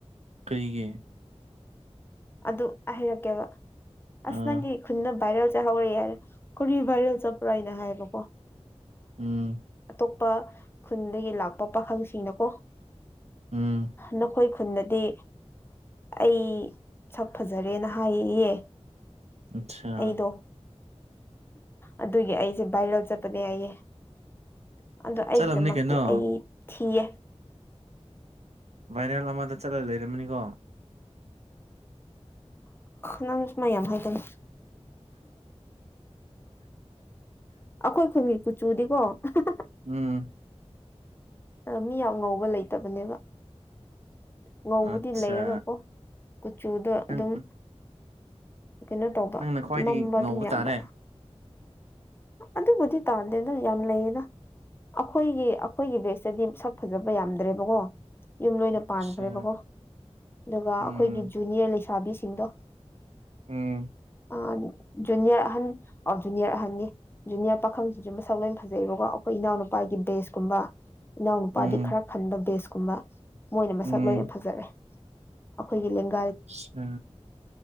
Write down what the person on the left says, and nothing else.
ꯑꯗꯨ ꯍꯩꯔꯛꯀꯦꯕ
ꯑꯁ ꯅꯪꯒꯤ ꯈꯨꯟꯅ ꯚꯥꯏꯔꯦꯜ ꯆꯠꯍꯧꯔꯦ ꯍꯥꯏꯔꯦ ꯀꯔꯤ ꯚꯥꯏꯔꯦꯜ ꯆꯠꯄ꯭ꯔꯥ ꯑꯩꯅ ꯍꯥꯏꯌꯦꯕꯀꯣ
ꯑꯇꯣꯞꯄ ꯈꯨꯟꯗꯒꯤ ꯂꯥꯛꯄ ꯄꯥꯈꯪꯁꯤꯡꯅꯀꯣ
ꯅꯈꯣꯏ ꯈꯨꯟꯗꯗꯤ ꯑꯩ ꯁꯛ ꯐꯖꯔꯦꯅ ꯍꯥꯏꯌꯦꯌꯦ
ꯑꯩꯗꯣ ꯑꯗꯨꯒꯤ ꯑꯩꯁꯦ ꯚꯥꯏꯔꯣꯜ ꯆꯠꯄꯅꯦ ꯍꯥꯏꯌꯦ ꯑꯗꯣ ꯑꯩꯒꯤꯗꯃꯛꯇꯤ
ꯑꯩ ꯊꯤꯌꯦ
ꯅꯪ ꯁꯨꯃꯥꯏ ꯌꯥꯝ ꯍꯥꯏꯒꯜꯂꯤ ꯑꯈꯣꯏ ꯈꯨꯟꯒꯤ ꯀꯨꯆꯨꯗꯤꯀꯣ ꯍꯥꯍꯥ
ꯃꯤ ꯌꯥꯝ ꯉꯧꯕ ꯂꯩꯇꯕꯅꯦꯕ ꯉꯧꯕꯗꯤ
ꯂꯩꯔꯒꯀꯣ ꯀꯨꯆꯨꯗꯣ
ꯑꯗꯨꯝ ꯀꯩꯅꯣ ꯇꯧꯕ
ꯃꯝꯕ
ꯑꯗꯨꯝ ꯌꯥꯝꯕ
ꯑꯗꯨꯕꯨꯗꯤ ꯇꯥꯗꯦꯗ ꯌꯥꯝ ꯂꯩꯌꯦꯗ ꯑꯈꯣꯏꯒꯤ ꯑꯈꯣꯏꯒꯤ ꯕꯦꯁꯇꯗꯤ ꯁꯛ ꯐꯖꯕ ꯌꯥꯝꯗ꯭ꯔꯦꯕꯀꯣ ꯌꯨꯝ ꯂꯣꯏꯅ
ꯄꯥꯟꯈ꯭ꯔꯦꯕꯀꯣ ꯑꯗꯨꯒ
ꯑꯈꯣꯏꯒꯤ ꯖꯨꯅꯤꯌꯔ ꯂꯩꯁꯥꯕꯤꯁꯤꯡꯗꯣ
ꯑꯥ ꯖꯨꯅꯤꯌꯔ ꯑꯍꯟ ꯑꯣ ꯖꯨꯅꯤꯌꯔ ꯑꯍꯟꯅꯤ ꯖꯨꯅꯤꯌꯥꯔ ꯄꯥꯈꯪꯁꯤꯡꯁꯨ ꯃꯁꯛ ꯂꯣꯏꯅ ꯐꯖꯩꯑꯕꯀꯣ ꯑꯈꯣꯏ ꯏꯅꯥꯎꯅꯨꯄꯥꯒꯤ ꯕꯦꯁꯀꯨꯝꯕ ꯏꯅꯥꯎ ꯅꯨꯄꯥꯗꯤ
ꯈꯔ ꯍꯟꯕ ꯕꯦꯁꯀꯨꯝꯕ ꯃꯣꯏꯅ ꯃꯁꯛ
ꯂꯣꯏꯅ ꯐꯖꯔꯦ ꯑꯈꯣꯏꯒ ꯂꯦꯡꯒ